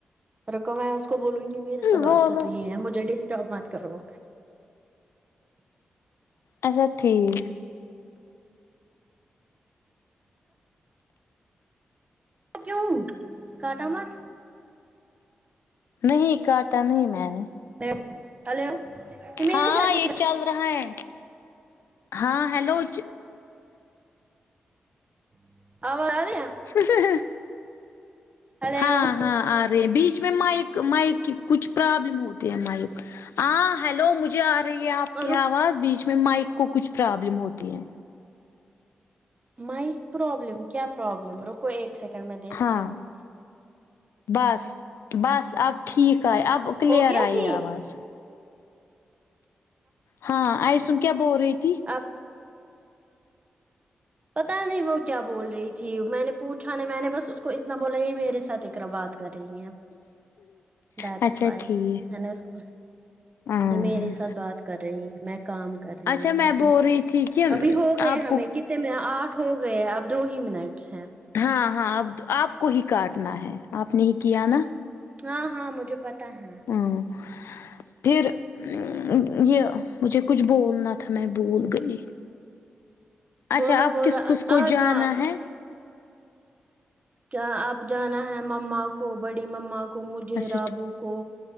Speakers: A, on the right; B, on the left.
A: رکو میں اس کو بولوں گی میرے ساتھ بات
B: بولو
A: کر رہی ہیں مجھے ڈسٹرب مت کرو
B: اچھا ٹھیک
A: کیوں کاٹا مت
B: نہیں کاٹا نہیں میں نے
A: ہیلو ہلو یہ میرے
B: ہاں
A: ساتھ ایک
B: یہ چل رہا ہے ہاں ہیلوچ
A: <unintelligible> آواز آ رہیا
B: ہ ہ ہ
A: ہلو
B: ہاں ہاں آ رہی ہے بیچ میں مائک مائک کی کچھ پرابلم ہوتی ہے مائک ہاں ہیلو مجھے آ رہی ہے آپ کی
A: رک
B: آواز بیچ میں مائک کو کچھ پرابلم ہوتی ہے
A: مائک پرابلم کیا پرابلم رکو ایک سیکنڈ میں دیکھتی
B: ہاں
A: ہوں
B: بس بس اب ٹھیک آئے اب کلیئر
A: ہو گیا
B: آئی
A: ٹھیک
B: آواز ہاں آئسم کیا بول رہی تھی
A: اب پتا نہیں وہ کیا بول رہی تھی میں نے پوچھا نہیں میں نے بس اس کو اتنا بولا یہ میرے ساتھ اقرا بات کر رہی ہیں دٹس
B: اچھا
A: وائے
B: ٹھیک
A: میں نے اسکو بولا
B: ہاں
A: یہ میرے ساتھ بات کر رہی ہیں میں کام کر رہی
B: اچھا
A: ہوں
B: میں
A: وسے
B: بول رہی تھی کہ
A: ابھی ہو گئے
B: آپ
A: ہمیں
B: کو
A: کتنے میں آٹھ ہو گئے ہیں اب دو ہی منٹس ہیں
B: ہاں ہاں اب آپ کو ہی کاٹنا ہے آپ نے ہی کیا نا
A: ہاں ہاں مجھے پتا ہے
B: وں ہا پھر ا یہ مجھے کچھ بولنا تھا میں بھول گئی
A: بولو
B: اچھا آپ
A: بولو
B: کس کس کو
A: آجاؤ
B: جانا
A: امم
B: ہے
A: کیا اب جانا ہے مما کو بڑی مما کو مجھے
B: اچھا
A: رابو
B: ٹھیک
A: کو